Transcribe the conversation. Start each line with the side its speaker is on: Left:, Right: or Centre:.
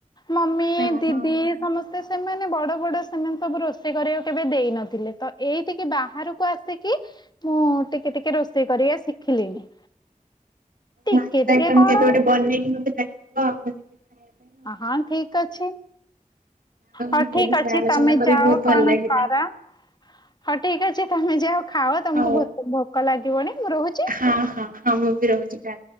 Left: ମମି
Right: ହଁ ହଁ
Left: ଦି ସମସ୍ତେ ସେମାନେ ବଡ ବଡ ସେମାନେ ସବୁ ରୋଷେଇ କରିବାକୁ କେବେ ଦେଇନଥିଲେ ତ ଏଇତିକି ବାହାରକୁ ଆସିକି ମୁଁ ଟିକେ ଟିକେ ରୋଷେଇ କରିବା ଶିଖିଲିଣି? ଟିକେ
Right: ମାଛ
Left: ଟିକେ
Right: ଆମ
Left: କଣ
Right: କେବେ ଗୋଟେ ବନେଇକି ମତେ ଡାକିବ ଆଉ ଖାଇବା ପାଇଁ ଆଉ।
Left: ହଁ ଠିକ ଅଛି।
Right: ଏ
Left: ହଁ ଠିକ
Right: ବିଷୟରେ
Left: ଅଛି
Right: ଆଲୋଚନା
Left: ତମେ
Right: କରି
Left: ଯାଅ
Right: ବହୁତ ଭଲ
Left: କଣ
Right: ଲାଗିଲା।
Left: କର। ହଁ ଠିକ ଅଛି ତମେ ଯାଅ ଖାଅ ତମକୁ
Right: ହଉ
Left: ଭୋକ ଲାଗିବନି ମୁଁ ରହୁଛି।
Right: ହଁ ହଁ ହଁ ମୁଁ ବି ରହୁଛି କା